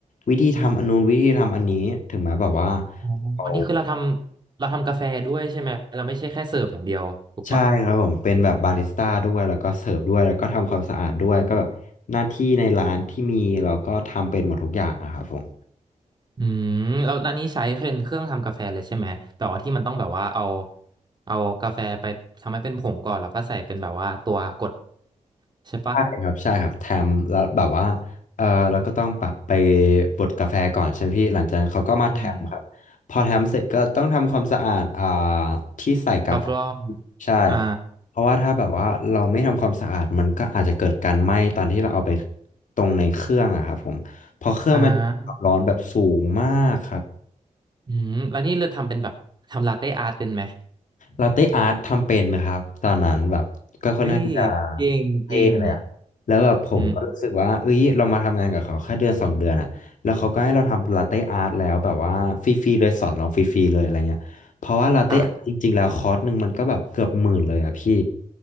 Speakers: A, on the left; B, on the right.
A: วิธีทำอันนู้นวิธีทำอันนี้ถึงแม้แบบว่า
B: อ๋อวันนี้คือเราทำเราทำกาแฟด้วยใช่ไหมเราไม่ใช่แค่เสิร์ฟอย่างเดียวถูกปะ
A: เรา ใช่ครับผมเป็นแบบบาริสต้าด้วยแล้วก็เสิร์ฟด้วยแล้วก็ทำความสะอาดด้วยก็แบบหน้าที่ในร้านที่มีเราก็ทำเป็นหมดทุกอย่างอะครับผม
B: อืมแล้วอันนี้ใช้เป็นเครื่องทำกาแฟเลยใช่ไหมแบบว่าที่มันต้องแบบว่าเอาเอากาแฟไปทำให้เป็นผงก่อนแล้วก็ใส่เป็นแบบว่าตัวกดใช่ปะ
A: ใช่ครับใช่ครับแถมแล้วแบบว่าเออเราก็ต้องแบไปบดกาแฟก่อนใช่ไหมพี่หลังจากนั้นเขาก็มาแถมครับพอแถมเสร็จก็ต้องทำความสะอาดอ่า
B: อืม
A: ที่ใส่กาแฟ
B: รอบร่อง
A: ใช่
B: อ่า
A: เพราะว่าถ้าแบบว่าเราไม่ทำความสะอาดมันก็อาจจะเกิดการไหม้ตอนที่เราเอาไปตรงในเครื่องอะครับผมเพอเครื่องมัน
B: อ่า
A: ร้อนแบบสูงมากครับ
B: อืมแล้วนี่เราทำเป็นแบบทำลาเต้อาร์ตเป็นไหม
A: ลาเต้อาร์ตทำเป็นนะครับตอนนั้นแบบ
B: เฮ้ย
A: น่าจะ
B: เก่งเก่ง
A: เท่เลยอะแล้วแบบผมก็รู้สึกว่าเอ้ยเรามาทำงานกับเขาแค่เดือนสองเดือนอะแล้วเขาก็ให้เราทำลาเต้อาร์ตแล้วแบบว่าฟรีๆเลยสอนเราฟรีๆเลยอะไรเงี้ยเพราะว่าลาเต้อาร์ตจริงๆแล้วคอร์สหนึ่งมันก็แบบเกือบหมื่นเลยอะพี่
B: อืมครับ